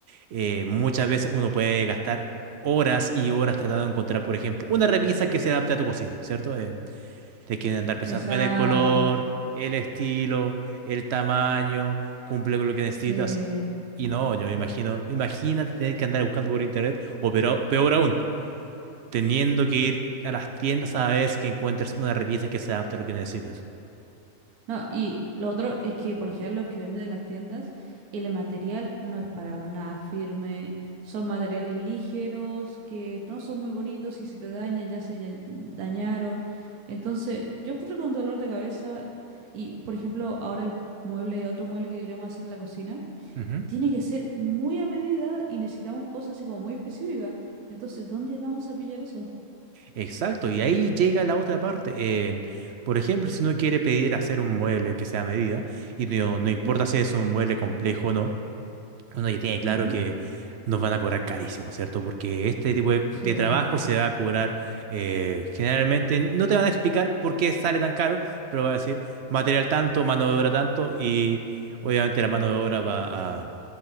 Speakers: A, on the right (about 65°); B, on the right (about 80°).
A: eh, muchas veces uno puede gastar horas y horas tratando de encontrar, por ejemplo, una repisa que se adapte a tu cocina, ¿cierto? Eh, te quieren andar pensando
B: Exacto.
A: en el color, el estilo, el tamaño, cumple con lo que necesitas.
B: Sí.
A: Y no, yo me imagino, imagínate tener que andar buscando por internet, o pero- peor aún, teniendo que ir a las tiendas a ver si que encuentres una repisa que se adapte a lo que necesitas.
B: No, y lo otro es que por lo general los que venden en las tiendas, el material no es para nada firme, son materiales ligeros que no son muy bonitos y si te dañan ya se ya- dañaron. Entonces, yo encuentro con dolor de cabeza y, por ejemplo, ahora el mueble, otro mueble que queremos hacer en la cocina,
A: Ujú.
B: tiene que ser muy a medida y necesitamos cosas así como muy específicas. Entonces, ¿dónde vamos a pillar eso?
A: Exacto, y ahí llega la otra parte. eh, por ejemplo, si uno quiere pedir hacer un mueble que sea a medida, y no, no
B: Ujú,
A: importa si es un mueble complejo o no, uno ya tiene claro
B: ujú.
A: que nos van a cobrar carísimo, ¿cierto? Porque este tipo de,
B: Sí.
A: de trabajo se va a cobrar eh, generalmente, no te van a explicar por qué sale tan caro, pero va a decir material tanto, mano de obra tanto, y obviamente la mano de obra va a,